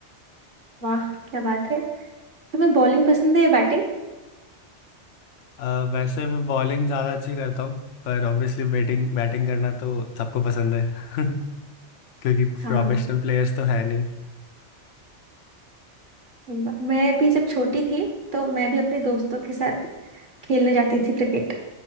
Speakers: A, on the right; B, on the left.
A: वाह क्या बात है तुम्हें बॉलिंग पसंद है या बैटिंग
B: अ, वैसे मैं बॉलिंग ज्यादा अच्छी करता हूँ पर ऑब्वियसली बैटिंग बैटिंग करना तो सबको पसंद है <laughs> क्योंकि
A: हाँ
B: प्रोफेशनल प्लेयर्स तो है नहीं
A: सही बात मैं भी जब छोटी थी तो मैं भी अपने दोस्तों के साथ खेलने जाती थी क्रिकेट